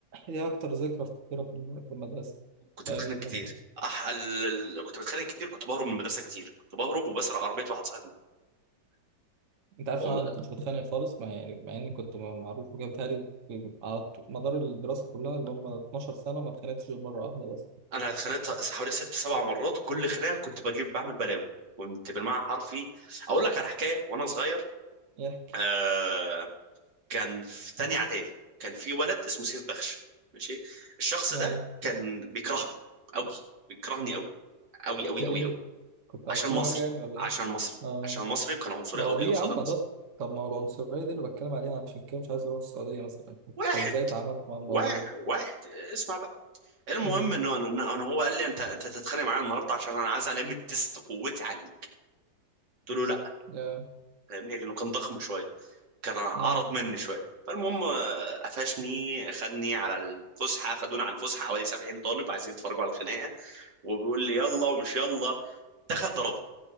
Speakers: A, on the right (about 50°); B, on the right (about 75°).
A: إيه اكتر ذكرى فاكرها في الم- في المدرسه
B: كنت
A: في
B: بتخانق
A: ايام المدرسه
B: كتير أح... ال... ال- كنت بتخانق كتير كنت بهرب من المدرسه كتير كنت بهرب وبسرق عربيه واحد صاحبي
A: انت عارف
B: والله
A: إن انا ما كنتش بتخانق خالص مع يعني مع اني كنت م- معروف وكده بيتهيألي في- على ط- مدار الدراسه كلها اللي هم 12 سنه ما اتخانقتش غير مره واحده بس
B: انا اتخانقت حوالي ست سبع مرات وكل خناقه كنت بجيب بعمل بلاوي كنت بالمعنى حرفي اقول لك على حكايه وانا صغير
A: ايه
B: آه، كان في تانية اعدادي كان في ولد اسمه سيف بخش ماشي الشخص ده
A: آه.
B: كان بيكرهني قوي بيكرهني قوي قوي قوي
A: <laughs> ليه
B: قوي قوي
A: كنت
B: عشان
A: عملت
B: مصري
A: له حاجه يعني ولا
B: عشان
A: ايه
B: مصري
A: آه.
B: عشان مصري وكان عنصري
A: ما
B: قوي
A: هو دي يا
B: قصاد
A: عم
B: المصري
A: ده طب ما هو العنصريه دي اللي بتكلم عليها عشان كده مش عايز اروح السعوديه مثلا انت
B: واحد
A: ازاي اتعاملت مع الموضوع
B: واحد واحد اسمع بقى المهم
A: امم
B: انه انه إنه هو قال لي انت انت تتخانق معايا النهارده عشان انا عايز الم تيست قوتي عليه قلت له لا
A: يا
B: فاهمني لانه كان ضخم شويه كان اعرض
A: امم
B: مني شويه فالمهم آه، قفشني خدني على الفسحه خدونا على الفسحه حوالي 70 طالب عايزين يتفرجوا على الخناقه وبيقول لي يلا ومش يلا دخل ضربني